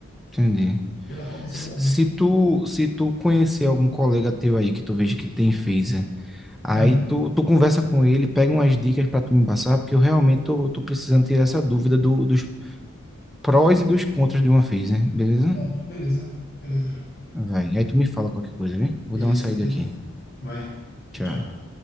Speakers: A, in the centre; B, on the left.
A: entendi.
B: Pela potência
A: Se,
B: dela mesmo.
A: se tu se tu conhecer algum colega teu aí que tu veja que tem Phaser, aí
B: Aham.
A: tu, tu conversa com ele, pega umas dicas para tu me passar, porque eu realmente tô, tô precisando tirar essa dúvida do- dos prós e dos contras de uma Phaser, beleza?
B: Pronto, beleza. Beleza já.
A: Vai. Aí tu me fala qualquer coisa, viu? Vou
B: Beleza,
A: dar uma saída
B: beleza.
A: aqui.
B: Vai. Tchau.
A: Tchau.
B: tchau.